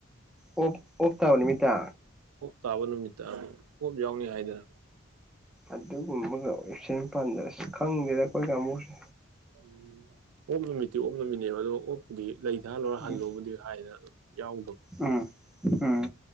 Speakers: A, in the centre; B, on the right.
A: ꯑꯣꯞ ꯑꯣꯞ ꯇꯕꯅꯤꯃꯤꯠꯇ
B: ꯇꯥꯕꯅꯃꯤꯇ ꯌꯥꯎꯅꯤ ꯍꯥꯏꯗꯅ
A: ꯑꯗꯨꯒꯨꯝꯕꯒ ꯏ ꯄꯥꯟꯖꯔꯁꯤ ꯈꯪꯗꯦꯗ ꯑꯩꯈꯣꯏꯒꯨꯁꯦ
B: ꯎꯝ ꯑꯣꯞ ꯅꯨꯃꯤꯠꯇꯤ ꯑꯣꯞ ꯅꯨꯃꯤꯠꯅꯦꯕ ꯑꯗꯣ ꯑꯣꯞꯄꯨꯗꯤ ꯂꯩꯊꯥꯍꯜꯂꯣꯏꯔ ꯍꯜꯂꯣꯕꯨꯗꯤ
A: ꯎꯝ
B: ꯍꯥꯏꯗꯅ ꯑꯗꯨ ꯌꯥꯎꯗꯕ
A: ꯎꯝ ꯎꯝ